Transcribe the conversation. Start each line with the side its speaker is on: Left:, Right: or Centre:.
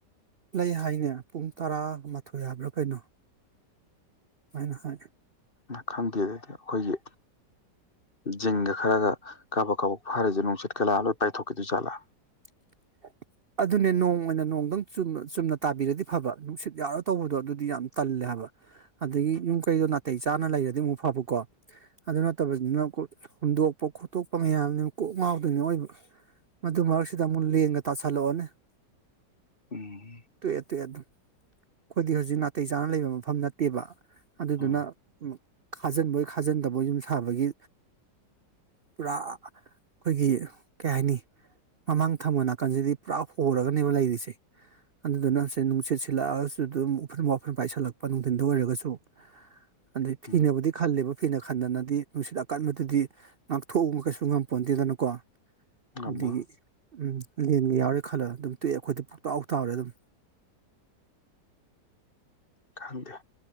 Right: ꯂꯩ ꯍꯥꯏꯅꯦ ꯄꯨꯡ ꯇꯔꯥꯃꯊꯣꯏ ꯍꯥꯏꯕ꯭ꯔꯥ ꯀꯩꯅꯣ ꯋꯥꯅ ꯍ
Left: ꯅ ꯈꯪꯗꯦꯗꯗꯤ ꯑꯩꯈꯣꯏꯒꯤ ꯖꯤꯡꯒ ꯈꯔꯒ ꯀꯥꯕꯛ ꯀꯥꯕꯛ ꯐꯥꯔꯤꯁꯦ ꯅꯨꯡꯁꯤꯠꯀꯂꯥꯑ ꯂꯣꯏ ꯄꯥꯏꯊꯣꯛꯈꯤꯗꯣꯏ ꯖꯥꯠꯂꯥ
Right: <unintelligible> ꯑꯗꯨꯅꯦ ꯅꯣꯡ ꯑꯣꯏꯅꯤ ꯅꯣꯡꯗꯪ ꯆꯨꯝꯅ ꯇꯥꯕꯤꯔꯗꯤ ꯐꯕ ꯅꯨꯡꯁꯤꯠ ꯌꯥꯎꯔ ꯇꯧꯕꯗꯣ ꯑꯗꯨꯗꯤ ꯌꯥꯝ ꯇꯜꯂꯦ ꯍꯥꯏꯕꯥ ꯑꯗꯒꯤ ꯌꯨꯝ ꯀꯩꯗꯣ ꯅꯥꯇꯩ ꯆꯥꯅ ꯂꯩꯔꯗꯤ ꯑꯃꯨꯛ ꯐꯕꯀꯣ ꯑꯗꯨ ꯅꯠꯇꯕꯕꯁꯤꯅ ꯍꯨꯟꯗꯣꯛꯄ ꯈꯣꯠꯇꯣꯛꯄ ꯃꯌꯥꯝꯅꯤꯅ ꯀꯣꯛ ꯉꯥꯎꯗꯣꯏꯅꯤ ꯑꯣꯏꯕ ꯃꯗꯨ ꯃꯔꯛꯁꯤꯗꯥ ꯂ‌ꯦꯟꯒꯥ ꯇꯥꯁꯥꯂꯑꯣꯅꯦ
Left: ꯎꯝ
Right: ꯇ‌ꯣꯛꯑ‌ꯦ ‌ꯇ‌ꯣꯛꯑ‌ꯦ ꯑꯗꯨ ꯑꯩꯈꯣꯏꯗꯤ ꯍꯧꯖꯤꯛ ꯅꯥꯇꯩ ꯆꯥꯅ ꯂꯩꯕ ꯃꯐꯝ ꯅꯠꯇꯦꯕ ꯑꯗꯨꯗꯨꯅ
Left: ꯎꯝ
Right: ꯈꯥꯖꯤꯟꯕꯣꯏ ꯈꯥꯖꯤꯟꯗꯕꯣꯏ ꯌꯨꯝ ꯁꯥꯕꯒꯤ ꯄꯨꯔꯥ ꯑꯩꯈꯣꯏꯒꯤ ꯀꯩ ꯍꯥꯏꯅꯤ ꯃꯃꯥꯡ ꯊꯝꯕ ꯅꯥꯀꯟꯁꯤꯗꯤ ꯄꯨꯔꯥ ꯍꯣꯔꯒꯅꯦꯕ ꯂꯩꯔꯤꯁꯦ ꯑꯗꯨꯗꯨꯅ ꯉꯁ ꯅꯨꯡꯁꯤꯠ ꯁꯤꯜꯂꯛꯑꯒꯁꯨ ꯑꯗꯨꯝ ꯎꯐ꯭ꯔꯟ ꯋꯥꯐ꯭ꯔꯟ ꯄꯥꯏꯁꯤꯜꯂꯛꯄ ꯅꯨꯡꯊꯤꯟꯗ ꯑꯣꯏꯔꯒꯁꯨ ꯑꯗꯩ ꯐꯤꯅꯕꯨꯗꯤ
Left: ꯎꯝ
Right: ꯈꯜꯂꯦꯕ ꯐꯤꯅ ꯈꯟꯗꯅꯗꯤ ꯅꯨꯡꯁꯤꯠ ꯑꯀꯟꯕꯗꯗꯤ ꯉꯥꯛꯊꯣꯛꯎ ꯀꯩꯁꯨ ꯉꯝꯄ ꯑꯗꯨꯗꯅꯀꯣ ꯑꯗꯒꯤ
Left: ꯑꯃ
Right: ꯎꯝ ꯂꯦꯟꯒ ꯌꯥꯎꯔꯦ ꯈꯜꯂ ꯑꯗꯨꯝ ꯇꯣꯛꯑꯦ ꯑꯩꯈꯣꯏꯗꯤ ꯄꯨꯣꯛꯇꯥꯎ ꯍꯥꯎ ꯇꯥꯎꯔꯦ ꯑꯗꯨꯝ
Left: ꯑꯗꯥ